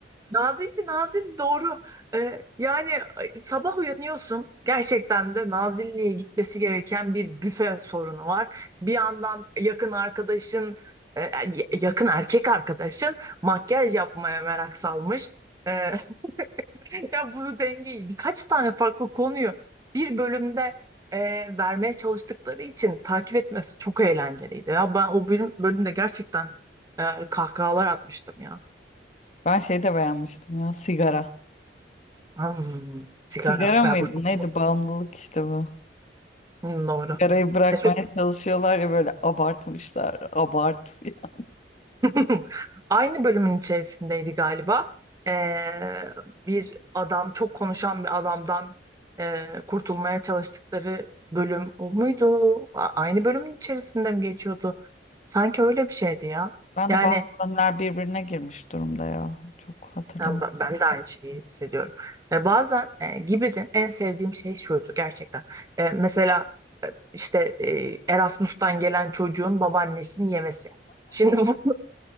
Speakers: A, on the right (about 20°); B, on the left (about 40°).
A: Nazilli, Nazilli doğru. Ee, yani ay, sabah uyanıyorsun. Gerçekten de Nazilli'ye gitmesi gereken bir büfe sorunu var. Bir yandan yakın arkadaşın, e, e, y- yakın erkek arkadaşın makyaj yapmaya merak salmış. Ee, <laughs> ya bu dengeyi birkaç tane farklı konuyu bir bölümde e, vermeye çalıştıkları için takip etmesi çok eğlenceliydi. Ya ben o bölüm bölümde gerçekten e, kahkahalar atmıştım ya.
B: Ben şey de beğenmiştim ya sigara.
A: Hmm, sigara.
B: Sigara mıydı?
A: Ya bu çok
B: Neydi? Bağımlılık işte bu.
A: Hmm, Doğru.
B: Sigarayı bırakmaya
A: Ya çok-
B: çalışıyorlar ya böyle abartmışlar. Abart. <laughs>
A: <laughs> Aynı bölümün içerisindeydi galiba. Ee, bir adam, çok konuşan bir adamdan e, kurtulmaya çalıştıkları bölüm o muydu? A- aynı bölümün içerisinde mi geçiyordu? Sanki öyle bir şeydi ya.
B: Ben
A: Yani
B: de bazı bölümler birbirine girmiş durumda ya. Çok hatırlamıyorum.
A: ben ben de aynı şeyi hissediyorum. E, bazen e, Gibbet'in en sevdiğim şey şuydu gerçekten. E, mesela e, işte e, Erasmus'tan gelen çocuğun babaannesini yemesi. Şimdi bu <laughs>